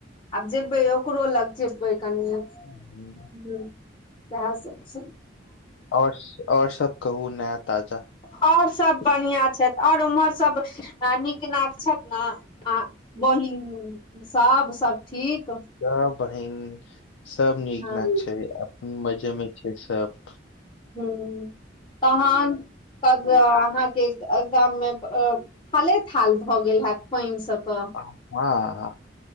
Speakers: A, on the left; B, on the left.
A: आब जेबै ओकरो लग जेबै कनिये
B: हुँ हुँ
A: ह येएह सब छै
B: ओर ओर सब कहु नया ताजा
A: ओर सभ बढ़िआँ छथि ओर उम्हर सभ नीक नाक छथि ने आ बहिन सब सब ठीक
B: सब बहिन सब नीक
A: हँ
B: न छै अपन मजे मे छै सब
A: ह तहन अहाँके गाम मे हाले हाल भऽ गेल हैत पानि सब तऽ
B: हँ